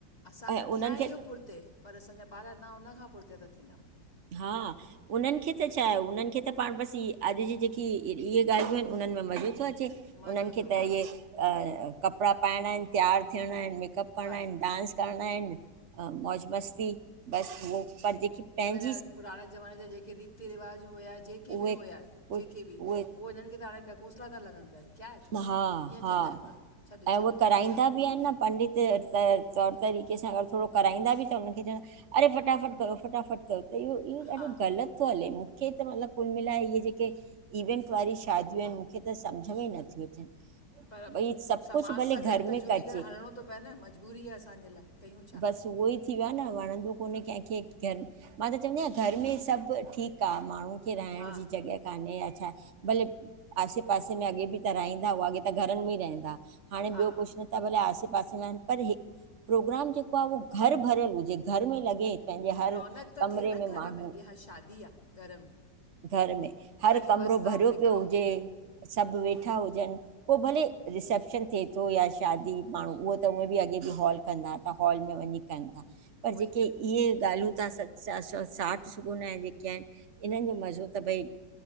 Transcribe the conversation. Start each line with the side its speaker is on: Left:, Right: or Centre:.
Left: असां
Right: ऐं
Left: त
Right: उन्हनि
Left: थियां हियूं
Right: खे
Left: पुरते पर असांॼा ॿार अना उनखां पुर्ते ता थींदा वञनि
Right: हा उन्हनि खे त छाहे उन्हनि खे त पांण ॿसि ई अॼु ॼी ॼेकी इहे ॻाल्हियूं आहिनि उन्हनि में मॼो थो अचे
Left: मज़ो
Right: उन्हनि खे
Left: थो
Right: त
Left: अचे
Right: इहे
Left: पियो
Right: अ कपिड़ा पांइणां इनि तियारु थियंणां इनि मेकअप करिणां
Left: बसि
Right: इनि डांस करिणां इनि अ मौॼ मस्ती ॿस उहो पर ॼेकी पंहिजा
Left: पहिंजा पुराणे ॼ़माने ॼा ॼेके रीति रिवाॼ हुया ॼेके ॿि
Right: उहे
Left: हुआ
Right: कुझु
Left: ॼेके ॿि
Right: उहे
Left: उहो हिननि खे त हांणें ॾकोसला ता लॻन पिया। क्या हे छोड़ो
Right: हा
Left: मम्मी ईअं
Right: हा
Left: चइंदा इनि ॿार छॾ
Right: ऐं
Left: छॾि
Right: उहे कराईंदा
Left: मम्मी छॾि
Right: बि आहिनि न पंडित त तौर तरीक़े सां अॻरि थोड़ो कराईंदा ॿि त उन्हिनि खे चवंदा अरे फटाफट करो फटाफट करो त इहो इहो
Left: हा
Right: ॾाढो ग़लति नथो हले मूंखे त मतिलॿु कुल मिलाए इहो ॼेके इवेंट वारी शादियूं आइनि मुखे त सम्झ में ई नथियूं अचनि।
Left: पर
Right: भई सभु
Left: समाॼ
Right: कुझु भले
Left: सां गॾु
Right: घर
Left: त
Right: में
Left: ॼुड़ी
Right: कजे
Left: करे हलिणों तो पए न मॼॿूरी आ असांॼे लाइ, कयूं छा?
Right: बसि उहो ई थी वियो आ न वणंदो कोन्हे कंहिंखे घर में, मां त चवंदी आहियां घर में सॿु ठीक आ माण्हुं खे राहिंण
Left: हा
Right: जी ॼॻहि कान्हे या छा भले आसे पासे में अॻे ॿि त राईंदा हुआ अॻे त घरनि में रहिंदा हांणें
Left: हा
Right: ॿियो कुछु न त भले आसे पासे में आहिनि पर हे प्रोग्राम ॼेको आ उहो घर भरियल हुॼे घर में लॻे पंहिंॼे हर
Left: रौनक त
Right: कमरे
Left: थिए न
Right: में
Left: घर
Right: माण्हूं
Left: भई हा शादी आहे घर में
Right: घरि में हर
Left: खणी
Right: कमिरो
Left: बसि था
Right: भरियो
Left: ऐं निकिरो
Right: पियो हुॼे सभु वेठा हुॼनि पो भले रिसेप्शन थिए थो या शादी माण्हूं उहो त उहें ॿि अॻे ॿि हॉल कंदा हॉल में वंञीं कनि था पर
Left: उहो
Right: ॼेके
Left: ई त
Right: इहे ॻाल्हियूं तहा स स साठ सुगून ऐं ॼे के आहिनि इन्हनि ॼो मॼो़ त भई